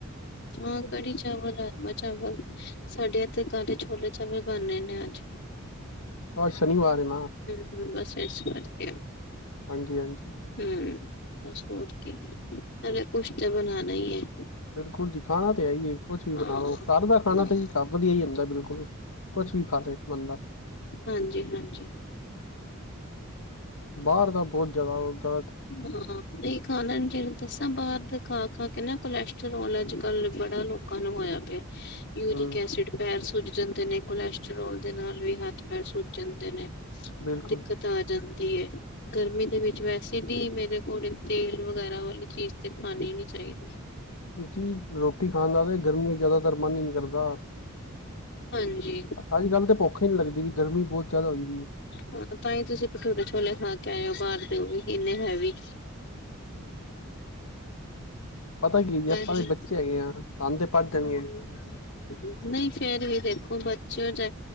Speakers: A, on the left; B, on the left.
A: ਹਾਂ
B: ਅੱਜ
A: ਕੜੀ-ਚਾਵਲ, ਰਾਜਮਾ‌-ਚਾਵਲ ਸਾਡੇ ਇੱਥੇ ਕਾਲੇ ਛੋਲੇ-ਚਾਵਲ ਵੇੇ ਬਣੇ ਨੇ ਅੱਜ।
B: ਉਹ ਅੱਜ ਸ਼ਨੀਵਾਰ ਏ ਨਾ।
A: ਹੂੰ ਬਸ ਇਸ ਕਰਕੇ।
B: ਹਾਂਜੀ-ਹਾਂਜੀ।
A: ਹੂੰ ਬਸ ਹੋਰ ਕਿ ਨਾਲੇ ਕੁਛ ਤਾਂ ਬਣਾਣਾ ਹੀ ਹੈ।
B: ਬਿਲਕੁਲ ਜੀ ਖਾਣਾ ਤੇ ਹੈ‌ ਹੀ ਏ ਕੁਛ ਵੀ
A: ਹਾਂ
B: ਬਣਾ ਲਓ ਘੱਰ ਦਾ ਖਾਣਾ
A: ਹਾਂ,
B: ਤਾਂ ਜੀਾ ਵਧੀਆ ਹੀ ਹੁੰਦਾ ਬਿਲਕੁਲ ਕੁਛ ਵੀ ਖਾਤੇ ਬੰਦਾ
A: ਹਾਂਜੀ- ਹਾਂਜੀ।
B: ਬਾਹਰ ਤਾਂ ਬਹੁਤ ਜ਼ਿਆਦਾ ਹੋ ਕਾ
A: ਹੂੰ ਹਾਂ ਨਹੀਂ। ਖਾਣਾ ਨੂੰ ਜਿਹੜਾ ਦੱਸਾਂ ਬਾਹਰ ਦੇ ਖਾ-ਖਾ ਕੇ ਨਾ ਕੋਲੈਸਟਰ੍ਰੋਲ ਅੱਜ-ਕੱਲ ਬੜਾ ਲੋਕਾਂ ਨੂੰ ਹੋਇਆ ਪਿਆ। ਯੂਰਿਕ
B: ਹੂੰ
A: ਐਸਿਡ ਪੈਰ ਸੁੱਜ ਜਾਂਦੇ ਨੇ ਕੋਲੈਸਟਰ੍ਰੋਲ ਦੇ ਨਾਲ ਵੀ ਹੱਥ ਪੈਰ ਸੁੱਜ ਜਾਂਦੇ ਨੇ।
B: ਬਿਲਕੁਲ
A: ਦਿੱਕਤ ਆ ਜਾਂਦੀ ਏ ਗਰਮੀ ਦੇ ਵਿੱਚ ਵੈਸੇ ਜਦੀ ਮੇਰੇ ਅਕੋਰਡਿੰਗ ਤੇਲ ਵਗੈਰਾ ਵਾਲੀ ਚੀਜ਼ ਤੇ ਖਾਣੀ ਨੀ ਚਾਹੀਦੀ।
B: ਜੀ ਰੋਟੀ ਖਾਦਾ ਤਾਂ ਗਰਮੀਆਂ ਜ਼ਿਆਦਾਤਰ ਮਨ ਹੀ ਨੀ ਕਰਦਾ।
A: ਹਾਂਜੀ
B: ਅੱਜ ਕੱਲ੍ਹ ਤਾਂ ਭੁੱਖੇ ਹੀ ਨਹੀਂ ਲੱਗਦੀ ਵੀ ਗਰਮੀ ਬਹੁਤ ਜ਼ਿਆਦਾ ਹੋਈ ਦੀ ਏ।
A: ਹਾਂ ਤਾਂ ਹੀ ਤੁਸੀਂ ਭਟੂਰੇ ਛੋਲੇ ਖਾ ਕੇ ਆਏਓ ਬਾਹਰ ਦਿਓ ਵੀ ਇੰਨੇ ਹੈਵੀ
B: ਪਤਾ ਕੀ ਹੈ ਜੀ ਆਪਾਂ
A: ਹਾਂਜੀ
B: ਦੇ ਬੱਚੇ ਹੈਗੇ ਆ ਸਾਨੂੰ ਤੇ ਭੱਜ ਜਾਣਗੇ
A: ਹੂੰ। ਨਹੀਂ ਫੇਰ ਵੀ ਦੇਖੋ ਬੱਚ ਅੱਛੇ ਹੋ ਚਾਏ